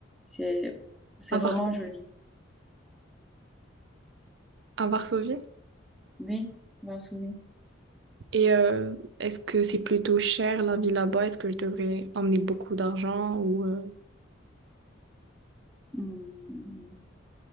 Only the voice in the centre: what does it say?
C'est, c'est
vraiment
joli.
Oui, Varsovie.
Hmm.